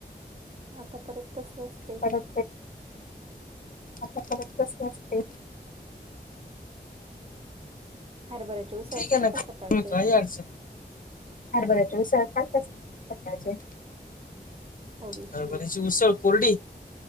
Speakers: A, on the right; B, on the left.
A: आता परत तस नसते.
B: परत आता परत कस असते.
A: हरभऱ्याची उसळ
B: ठीक आहे
A: खाल
B: ना्ही
A: का सकाळचे
B: का अडचण हारबराचे वि प्रकारचे
A: थोडीशी
B: अ बची उसळ कोरडी